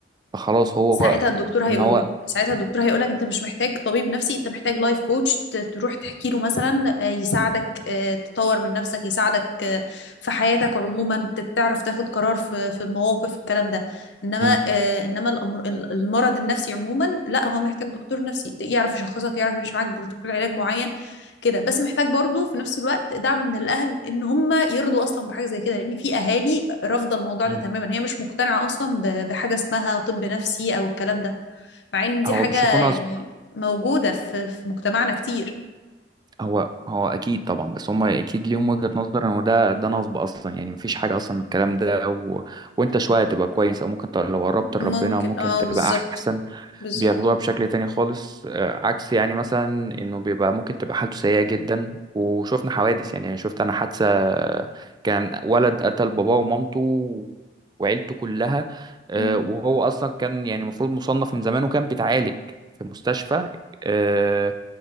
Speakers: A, on the right; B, on the left.
A: فخلاص هو
B: ساعتها الدكتور هيقول
A: ان هو
B: لك ساعتها الدكتور هيقول لك انت مش محتاج طبيب نفسي انت محتاج لايف كوتش ت- تروح تحكي له مثلا آه، يساعدك آه، تطور من نفسك يساعدك آه، في حياتك عموما ت- تعرف تاخد قرار في في المواقف الكلام ده انما
A: امم
B: آه، انما الأمر ال- المرض النفسي عموما لا هو محتاج دكتور نفسي يعرف يشخصك يعرف يمشي معاك بروتوكول علاج معين كده بس محتاج برضو في نفس الوقت دعم من الاهل ان هم يرضوا اصلا بحاجه زي كده لان في اهالي رافضه الموضوع
A: امم
B: ده تماما هي مش مقتنعه اصلا ب- بحاجه اسمها طب نفسي او الكلام ده مع ان دي
A: هو
B: حاجه
A: بيشوفوه نصب
B: يعني موجوده في في مجتمعنا كتير
A: هو هو اكيد طبعا بس هم اكيد ليهم وجهة نظر ان ده ده نصب اصلا يعني مفيش حاجه اصلا من الكلام ده و... وانت شويه تبقى كويس او ممكن ت- لو قربت
B: ممكن
A: لربنا ممكن
B: اه
A: تبقى
B: بالظبط
A: احسن
B: بالظبط
A: بياخدوها بشكل تاني خالص آه، عكس يعني مثلا انه بيبقى ممكن تبقى حالته سيئة جدا وشفنا حوادث يعني شفت انا حادثة كان ولد قتل باباه ومامته وعيلته كلها آه،
B: مم.
A: وهو اصلا كان يعني المفروض مصنف من زمان وكان بيتعالج في مستشفى آه،